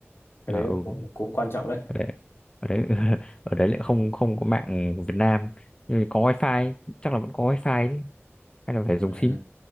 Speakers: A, on the left; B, on the left.
A: cái
B: À,
A: đấy nó
B: ừ,
A: cũng cũng quan trọng
B: ở đấy ở đấy <laughs> ở đấy lại không không có mạng Việt Nam nhưng mà có wifi chắc là vẫn có wifi đấy hay là phải dùng
A: đấy
B: sim